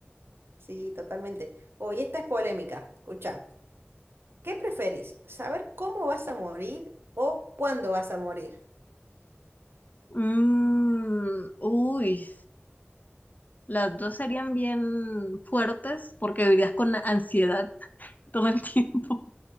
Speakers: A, on the right; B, on the left.
A: Sí, totalmente. Oh, y esta es polémica. Escucha, ¿qué preferís? ¿Saber cómo vas a morir o cuándo vas a morir?
B: Mm, uy. Las dos serían bien fuertes porque vivirías con ansiedad <laughs> todo el tiempo.